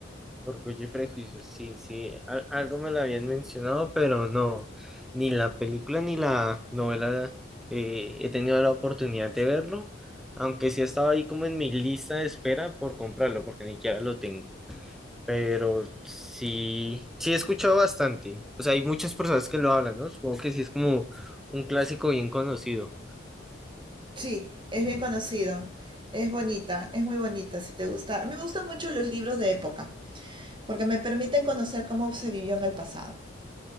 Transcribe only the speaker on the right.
Sí, es bien conocido, es bonita, es muy bonita, si te gusta. A mí me gustan mucho los libros de época, porque me permiten conocer cómo se vivió en el pasado.